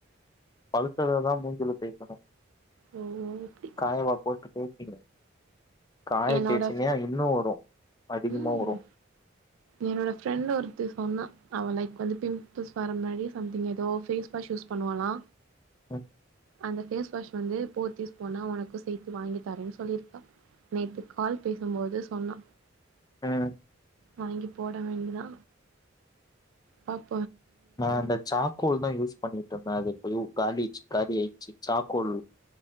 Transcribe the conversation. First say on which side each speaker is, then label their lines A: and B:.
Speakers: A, on the left (about 20°); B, on the right (about 80°).
A: பழுத்ததா தா மூஞ்சில தேக்கணு
B: ஓ அப்டி
A: காயவா போட் தேப்பீங்க காய
B: என்னோட
A: தேச்சின்யா இன்னு வரு அதிகமா
B: ம்
A: வரு
B: என்னோட ஃப்ரெண்ட் ஒருத்தி சொன்னா அவ லைக் வந்து பிம்பிள்ஸ் வர முன்னாடி சம்திங் ஏதோ ஃபேஸ் வாஷ் யூஸ் பண்ணுவாலா
A: உம்
B: அந்த ஃபேஸ் வாஷ் வந்து போத்தீஸ் போனா ஒனக்கு சேத்து வாங்கிதரேன் சொல்லிர்கா நேத்து கால் பேசும்போது சொன்னா
A: உம்
B: வாங்கி போட வேண்டிதா பப்
A: நா அந்த சாக்கோல் தா யூஸ் பண்ணிட்டு இருந்த அது ஐயோ காலிச்சு காலியாச்சி சாக்கோல்